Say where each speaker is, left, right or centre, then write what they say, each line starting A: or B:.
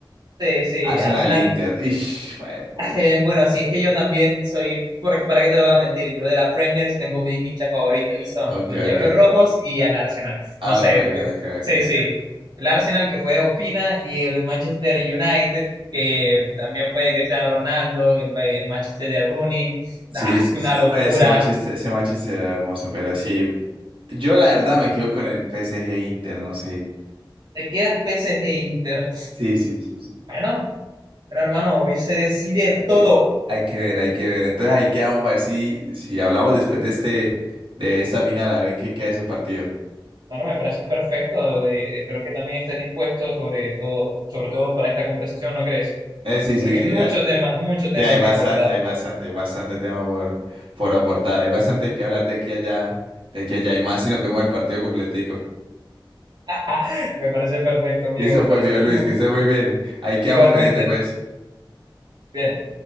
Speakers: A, on the right; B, on the right.
A: Sí, sí,
B: Arsenal
A: Arsenal.
B: Inter. Ish, juepucha.
A: <laughs> Bueno, si es que yo también soy, porque, ¿para qué te lo voy a mentir? Yo de la Premier tengo mis hinchas favoritos y son
B: Ok,
A: los
B: ok.
A: Diablos Rojos y el Arsenal.
B: Ah,
A: No sé,
B: Ok, ok,
A: eh,
B: ok,
A: sí,
B: ok.
A: sí. El Arsenal que fue de Ospina y el Manchester United que también fue de Cristiano Ronaldo, el, el Manchester de Rooney.
B: Sí,
A: Ah,
B: sí,
A: una
B: sí.
A: locura.
B: Ah, Ese Manchester, ese Manchester era hermoso, pero sí. Yo la verdad me quedo con el PSG Inter, no sé.
A: Te quedas PSG Inter.
B: Sí, sí, sí, sí.
A: Bueno, bueno, hermano, hoy se decide
B: Hay
A: todo.
B: que, hay que ver, hay que ver. Entonces ahí quedamos para ver si, si hablamos después de este, de esta final, a ver en qué queda ese partido.
A: Bueno, me parece perfecto. de- espero que también estés dispuesto sobre todo, sobre todo para esta conversación, ¿no crees?
B: Eh, sí,
A: Porque
B: sí, sí,
A: hay mucho
B: dale.
A: tema, mucho tema
B: Sí, hay bastante,
A: que cortar.
B: hay bastante, bastante tema por, por aportar. Hay bastante que hablar de aquí a allá, de aquí a allá y más si nos vemos el partido completico.
A: <laughs> Me parece perfecto, amigo.
B: Listo,
A: Me
B: pues,
A: parece
B: viejo Luis,
A: muy.
B: que esté muy bien. Ahí quedamos
A: Igualmente.
B: pendientes, pues.
A: Bien.